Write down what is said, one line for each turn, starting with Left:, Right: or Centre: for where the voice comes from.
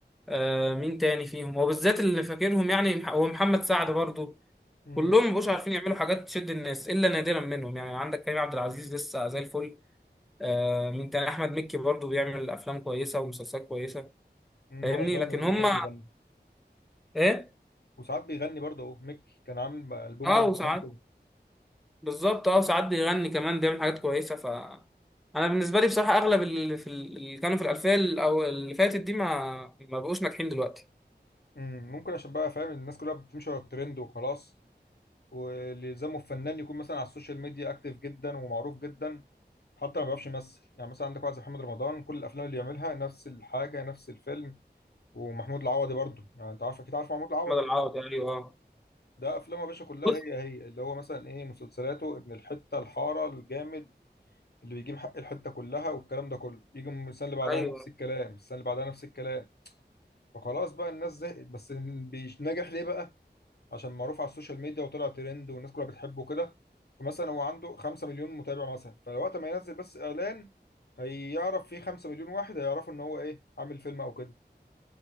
Centre: آه مين تاني فيهم هو بالذات اللي فاكرهم يعني مح- هو محمد سعد برضو
Left: امم
Centre: كلهم ما بقوش عارفين يعملوا حاجات تشد الناس الا نادرا منهم يعني عندك كريم عبد العزيز لسه زي الفل آه مين تاني احمد مكي برضو بيعمل افلام كويسه ومسلسلات كويسه
Left: أمم،
Centre: فاهمني
Left: واغاني
Centre: لكن
Left: برضه
Centre: هم
Left: ساعات بيغني
Centre: ايه
Left: وساعات بيغني برضه اهو ميكي كان عامل بقى البوم
Centre: اه
Left: راب
Centre: وساعات
Left: زمان كده
Centre: بالظبط اه ساعات بيغني كمان بيعمل حاجات كويسه ف انا بالنسبه لي بصراحه اغلب اللي في ال- اللي كانوا في الالفيه ال- او اللي فاتت دي ما ما بقوش ناجحين دلوقتي
Left: امم ممكن عشان بقى فاهم الناس كلها بتمشي ورا الترند وخلاص واللي يلزمه الفنان يكون مثلا على السوشيال ميديا اكتف جدا ومعروف جدا حتى ما بيعرفش يمثل يعني مثلا عندك واحد زي محمد رمضان كل الافلام اللي بيعملها نفس الحاجه نفس الفيلم ومحمود العوضي برضه يعني انت عارف اكيد عارف محمود العوضي
Centre: احمد العوضي ايوه اه
Left: ده افلامه يا باشا كلها
Centre: بص
Left: هي هي اللي هو مثلا ايه مسلسلاته ابن الحته الحاره الجامد اللي بيجيب حق الحته كلها والكلام ده كله يجي من السنه اللي بعدها
Centre: ايوه
Left: نفس الكلام السنه اللي بعدها نفس الكلام فخلاص بقى الناس زهقت بس بيش- ناجح ليه بقى عشان معروف على السوشيال ميديا وطلع ترند والناس كلها بتحبه كده فمثلا هو عنده 5 مليون متابع مثلا فوقت ما ينزل بس اعلان هيعرف فيه 5 مليون واحد هيعرفوا ان هو ايه عامل فيلم او كده